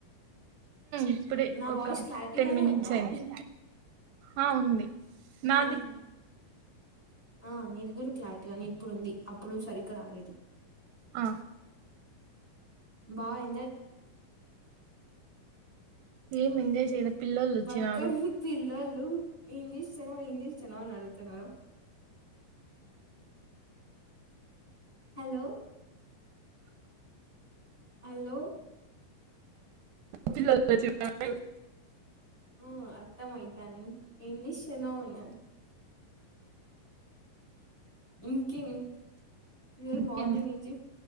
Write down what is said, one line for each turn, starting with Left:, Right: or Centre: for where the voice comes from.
Right: ఇప్పుడే
Centre: నా వాయిస్
Right: ఒక
Centre: క్లారిటీగానే
Right: టెన్ మినిట్స్
Centre: ఉందా
Right: అయింది ఆ ఉంది
Centre: <unintelligible>
Right: నాది
Centre: ఆ నీది కూదా క్లారిటీ గానీ ఇప్పుడుంది అప్పుడు సరిగ్గా రాలేదు
Right: ఆ
Centre: బాయ్
Right: ఏం ఎంజాయ్ <unintelligible> <unintelligible> వచ్చినారు
Centre: పక్కన పిల్లోల్లు <unintelligible> ఏం చేస్తున్నావ్ అనడుగుతున్నారు హలో హలో
Right: పిల్లోళ్ళు వచ్చినారు
Centre: ఉం అ త్తమైతాంది ఏం చేస్తున్నావ్ <unintelligible> ఇంకేం ఈరోజు
Right: ఇంకేమి
Centre: మార్నింగ్ నుంచి